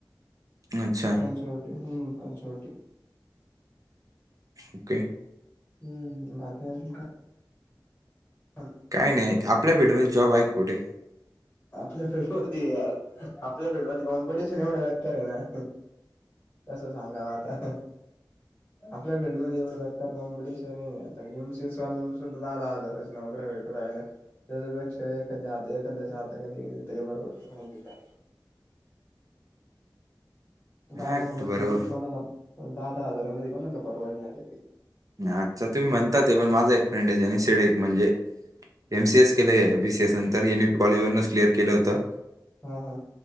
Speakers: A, on the right; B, on the left.
A: अच्छा,
B: पंचवट हम्म पंचवटी
A: ओके.
B: हम्म अजून काय? <unintelligible>
A: काय नाही आपल्या फिल्डमध्ये जॉब आहेत कुठे
B: आपल्या फीलल्ड मध्ये यार, आपल्या फील्ड मध्ये कॉम्पिटिशन एवढं बेकार हे ना कस सांगा आता, आपल्या फील्ड मध्ये एवढं बे कॉमपिटिशन हेय, आता एम सी एस वाल्यान सुद्धा दहा दहा हजाराच्या नोकऱ्या भेटू राहिल्या त्याच्यापेक्षा एखाद्या, एखाद्याच्या हाताखाली तेच्या बरोबर माहिती घ्या दहा,
A: हां,
B: दहा हजार
A: बरोबर.
B: रुपया मध्ये कोणाला दहा दहा हजारामध्ये कोणाला परवडणार आहे ते
A: अ्, आता तुम्ही म्हणतात ते पण माझा एक फ्रेंड हाय ज्यानी सेडेक म्हणजे एम सी एस केलंय बी सी एस नंतर यांनी कॉलेजवरनच क्लिअर केलं होतं
B: हा हा